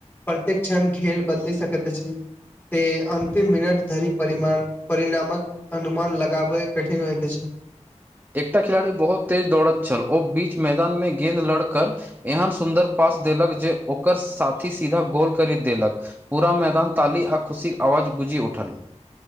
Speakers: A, on the left; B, on the right.
A: प्रत्येक क्षण खेल बदली सकैत अछि से अन्तिम मिनट धरि परिमा परिणामक अनुमान लगाबै कठिन होइत अछि
B: एकटा खिलाड़ी बहुत तेज दौड़त छल ओ बीच मैदान मे गेंद लड़कर एहन सुन्दर पास। देलक जे ओकर सीधा गोल करीइ देलक।। पूरा मैदान ताली आ खुशी आवाज गुजी उठल।